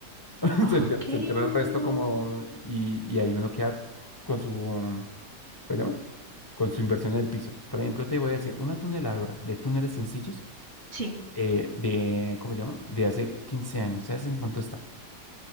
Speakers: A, on the left; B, on the right.
A: <laughs>
B: Ok,
A: Se entierra, se entierra el resto
B: no.
A: como, y, y ahí uno queda con su ¿cómo se llama? Con su inversión en el piso. Por ejemplo, te voy a decir, una tuneladora de túneles sencillos
B: Sí.
A: eh, de, ¿cómo se llama? De hace 15 años. ¿Sabes en cuánto está?